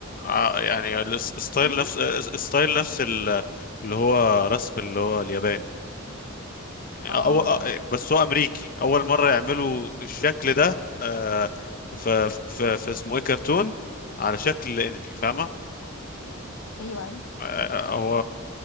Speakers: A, on the left (about 40°); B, on the left (about 80°).
A: آه، يعني الستايل
B: انمي
A: نفس آه، ستايل نفس ال- اللي هو رسم اللي هو الياباني يعني
B: اه
A: أو... أو- بس هو امريكي اول مره يعملوا الشكل ده آه، في في في اسمه ايه كرتون على شكل انمي فاهمه
B: ايوه ايوه
A: آه، آه، هو